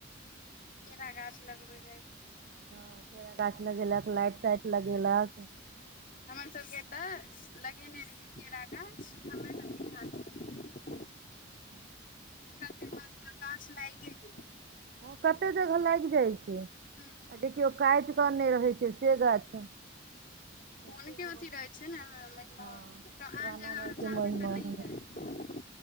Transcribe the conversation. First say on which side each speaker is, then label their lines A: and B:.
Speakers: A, on the left; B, on the right.
A: केरा गाछ लगबै जाय छै हां।
B: हां केरा गाछ लगैलक, लाइट-ताइट लगेलक।
A: हमर सबके ऐतऽ लगेने रहिए केरा गाछ हमरे सबके घाट पर
B: अच्छा।
A: चाएर-पांचटा गाछ लागै गेलै।
B: हां कते जगह लाएग जाइ छै।
A: हूं।
B: आ देखियौ काएट के अन्ने रहै छै से गाछ देखियौ
A: हुनके
B: भगवती
A: अथी रहै छै नै मेहमा
B: हँ
A: नै तऽ
B: राना
A: आन जगह
B: माइ
A: अहां
B: के महिमा
A: <unintelligible> तऽ नै
B: है
A: हैत। ह